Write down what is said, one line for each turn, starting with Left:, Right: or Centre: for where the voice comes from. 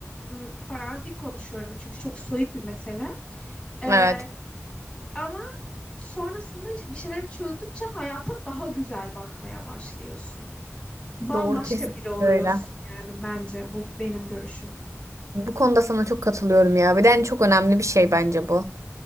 Left: ım, farazi konuşuyorum çünkü çok soyut bir mesele. Ee,
Right: Evet.
Left: ama sonrasında bir şeyler çözdükçe hayata daha güzel bakmaya başlıyorsun bambaşka
Right: Doğru kesinlikle
Left: biri oluyorsun
Right: öyle.
Left: yani bence bu benim görüşüm.
Right: Bu konuda sana çok katılıyorum ya. Bir de en çok önemli bir şey bence bu.